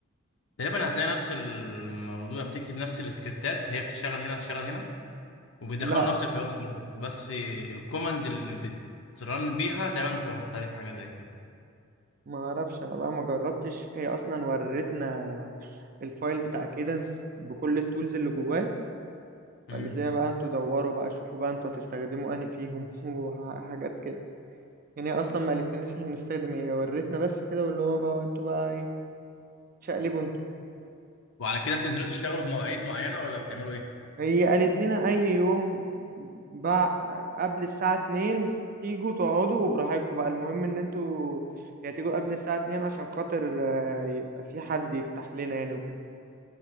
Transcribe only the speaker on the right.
لا
ما اعرفش انا بقى ما جربتش هي اصلا ورتنا الفايل بتاع كيدنس بكل التولز اللي جواه
فقالت لنا بقى انتوا دوروا بقى شوفوا بقى انتوا هتستخدموا انهي فيهم <laughs> وحاجات كده يعني هي اصلا ما قالت لناش هنستخدم ايه هي ورتنا بس كده واللي هو بقى انتوا بقى ايه تشقلبوا انتوا
هي قالت لنا اي يوم بع... قبل الساعة اتنين تيجوا تقعدوا وبراحتكم بقى المهم ان انتوا يا تيجوا قبل الساعة اتنين عشان خاطر آه، يبقى في حد يفتح لنا يعني وكده